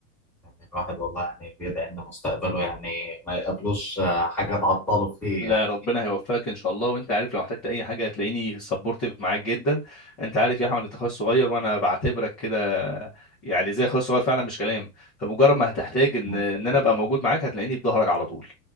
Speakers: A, in the centre; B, on the left.
A: يعني الواحد والله يعني بيدعي ان مستقبله يعني ما يقابلوش آه، حاجه تعطله فيه
B: لا
A: يعني
B: ربنا هيوفقك ان شاء الله وانت عارف لو احتجت اي حاجه هتلاقيني سبورتيف معاك جدا انت عارف يا احمد انت اخويا الصغير وانا بعتبرك كده يعني زي اخويا الصغير فعلا مش كلام فمجرد ما هتحتاج ان
A: ربنا
B: ان
A: يخليك
B: انا ابقى موجود معاك هتلاقيني في ظهرك على طول